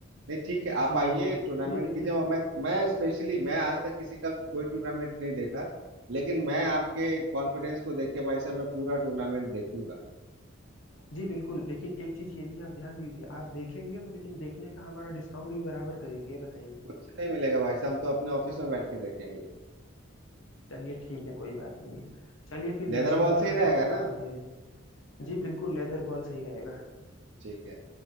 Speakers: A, on the right; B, on the left.
A: नहीं ठीक है आप
B: जी
A: आइए
B: बिल्कुल
A: टूर्नामेंट
B: क्योंकि देखिए
A: कीजिए और मैं मैं स्पेशली मैं आज तक किसी का कोई टूर्नामेंट नहीं देखा लेकिन मैं आपके कॉन्फिडेंस को देख के भाई साहब मैं पूरा टूर्नामेंट देखूंगा
B: जी बिल्कुल लेकिन एक चीज ये भी आप ध्यान दीजिए आप देखेंगे तो लेकिन देखने का हमारा डिस्काउंट भी बराबर करेंगे ये बताइए
A: कुछ नहीं मिलेगा भाई साहब हम तो अपने ऑफिस में बैठ के देखेंगे
B: चलिए ठीक है कोई बात नहीं चलिए फिर
A: लेदर
B: जैसा
A: बॉल
B: होगा
A: से ही
B: हम
A: रहेगा
B: आपको बताते
A: ना
B: हैं जी बिल्कुल लेदर बॉल सही रहेगा
A: ठीक है